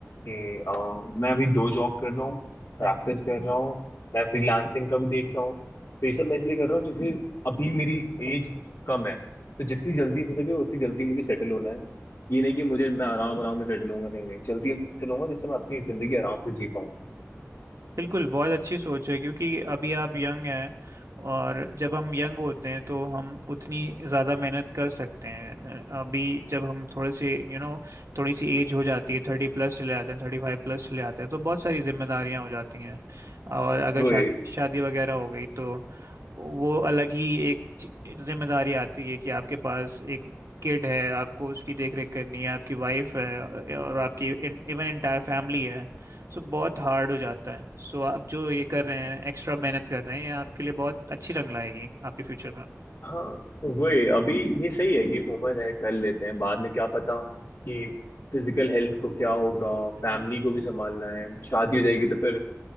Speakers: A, on the left; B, on the right.
A: कि अ, मैं अभी दो जॉब कर रहा हूँ प्रैक्टिस
B: हम्म
A: कर रहा हूँ मैं फ्रीलांसिंग का भी देख रहा हूँ तो ये सब मैं इसलिए कर रहा हूँ जैसे अभी मेरी एज कम है तो जितनी जल्दी हो सके उतनी जल्दी मुझे सेटल होना है ये नहीं कि मुझे मैं आराम आराम से सेटल होऊंगा नहीं नहीं जल्दी सेटल होऊंगा जिससे मैं अपनी जिंदगी आराम से जी
B: बिल्कुल बहुत अच्छी सोच है क्योंकि अभी आप यंग हैं और जब हम यंग होते हैं तो हम उतनी ज़्यादा मेहनत कर सकते हैं अ, अभी जब हम थोड़े से यू नो थोड़ी सी एज हो जाती है थर्टी प्लस चले जाते हैं थर्टी फाइव प्लस चले जाते हैं तो बहुत सारी जिम्मेदारियां हो जाती हैं और अगर
A: पाऊंगा
B: शादी शादी वगैरह हो गई तो वो अलग ही एक चि- जिम्मेदारी आती है कि आपके पास एक किड है आपको उसकी देख रेख करनी है आपकी वाइफ है और आपकी इवन एंटायर फैमिली है सो बहुत हार्ड हो जाता है सो आप जो ये कर रहे हैं एक्स्ट्रा मेहनत कर रहे हैं ये आपके लिए बहुत अच्छी रंग लाएगी आपके फ्यूचर में
A: हाँ वही अभी ये सही है कि उम्र है कर लेते हैं बाद में क्या पता कि फिजिकल हेल्थ को क्या होगा
B: हम्म।
A: फैमिली को भी संभालना है शादी हो जाएगी तो फिर